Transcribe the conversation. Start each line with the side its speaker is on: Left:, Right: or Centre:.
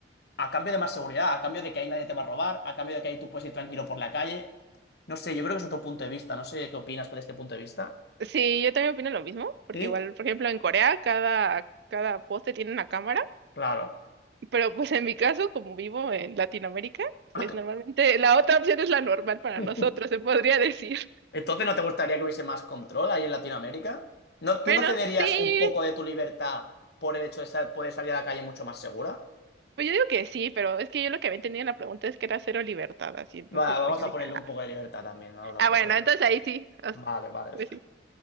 Left: a cambio de más seguridad, a cambio de que ahí nadie te va a robar, a cambio de que ahí tú puedes ir tranquilo por la calle. No sé, yo creo que es otro punto de vista. No sé qué opinas con este punto de vista.
Right: Sí, yo también opino lo mismo, porque
Left: Sí,
Right: igual, por ejemplo, en Corea cada, cada poste tiene una cámara,
Left: claro.
Right: pero pues en mi caso, como vivo en Latinoamérica, pues
Left: <laughs>
Right: normalmente la otra opción es la normal para
Left: <laughs>
Right: nosotros, se podría decir.
Left: Entonces, ¿no te gustaría que hubiese más control ahí en Latinoamérica? ¿No, tú
Right: Bueno,
Left: no cederías
Right: sí,
Left: un poco de tu libertad por el hecho de sa- poder salir a la calle mucho más segura?
Right: pues yo digo que sí, pero es que yo lo que había entendido en la pregunta es que era cero libertad, así, entonces
Left: Va, vamos
Right: pues yo
Left: a
Right: dije,
Left: ponerle un
Right: ah,
Left: poco de libertad también, ¿no? Tampoco.
Right: ah, bueno, entonces ahí sí, as-
Left: Vale, vale.
Right: pues sí.